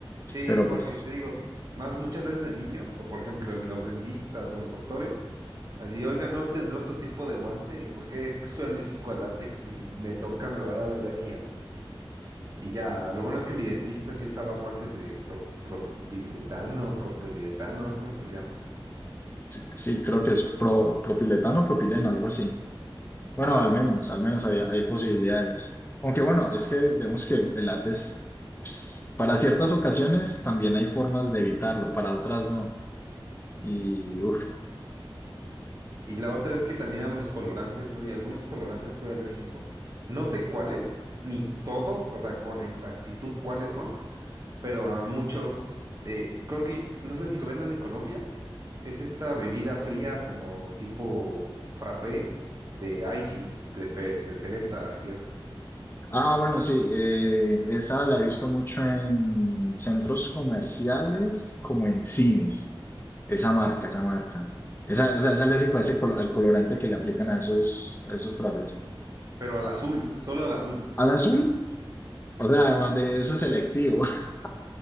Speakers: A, on the right (about 40°); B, on the left (about 25°).
A: Sí,
B: Pero
A: porque
B: pues
A: te digo, más muchas veces de niño, o por ejemplo el- los dentistas o los doctores, así, oiga, no tendré otro tipo de guante, ¿y por qué es que soy alérgico al látex y si me toca me va a dar alergia? Y ya, lo bueno es que mi dentista sí usaba guantes de pro- propiletano, propiletano, no sé cómo se les llama.
B: sí, sí, creo que es pro, propiletano, propileno, algo así. Bueno,
A: Ajá.
B: al menos, al menos hay, hay posibilidades. Aunque bueno, es que vemos que el, el látex, pues, para ciertas ocasiones también hay formas de evitarlo, para otras no. Y uff
A: Y la otra es que también a los colorantes soy, a algunos colorantes soy alérgico. No sé cuáles, ni todos, o sea, con exactitud cuáles son, pero a muchos, eh, creo que, no sé si lo vendan en Colombia, es esta bebida fría como tipo frappé de icy, de, fe- de cereza y eso.
B: Ah, bueno, sí, eh, esa la he visto mucho en centros comerciales como en cines. Esa marca, esa marca. Esa, o sea, esa le rico ese colo- al colorante que le aplican a esos, a esos frappés.
A: Pero al azul, solo al azul.
B: Al azul, o sea, además de eso es selectivo. <laughs>